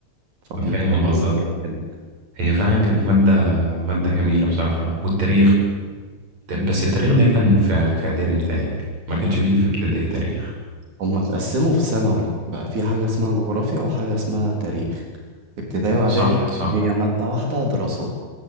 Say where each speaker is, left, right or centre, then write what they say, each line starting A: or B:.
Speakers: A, on the right; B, on the right.
A: فكنت
B: فاهم
A: مبهور
B: قصدك
A: بيها كده
B: هي فعلا كانت مادة مادة جميلة بصراحة والتاريخ ت- بس التاريخ ده كان في في اعدادي متهيألي ما كانش فيه في ابتدائي تاريخ
A: هما اتقسموا في ثانوي بقى في حاجة اسمها جغرافيا وحاجة اسمها تاريخ ابتدائي وإعدادي
B: صح
A: كان
B: صح
A: هي مادة واحدة دراسات